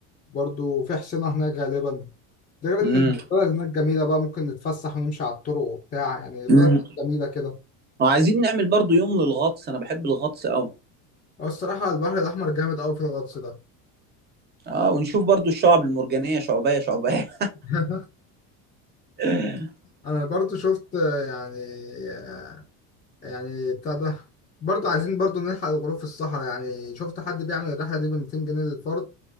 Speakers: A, on the left (about 20°); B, on the right (about 25°).
A: برضو في حصينة هناك غالبا ده غير ان
B: امم
A: البلد هناك جميلة بقى ممكن نتفسح ونمشي على الطرق وبتاع يعني بلد
B: امم
A: جميلة كده
B: وعايزين نعمل برضه يوم للغطس انا بحب الغطس قوي
A: هو الصراحة البحر الأحمر جامد أوي في الغطس ده
B: اه ونشوف برضه الشعب المرجانية شعبية شعبية
A: <laughs>
B: <laughs>
A: انا برضو شفت آه، يعني آه، يعني بتاع ده برضو عايزين برضو نلحق الغروب في الصحراء يعني شفت حد بيعمل الرحلة دي ب 200 جنيه للفرد